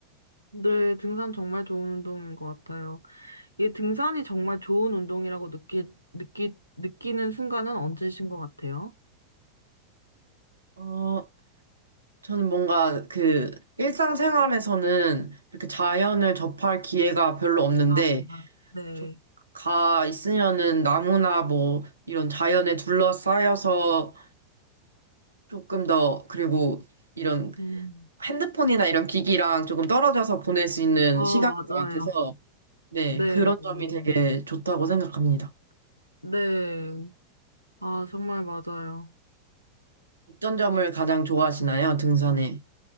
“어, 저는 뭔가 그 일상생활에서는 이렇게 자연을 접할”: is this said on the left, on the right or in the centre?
Right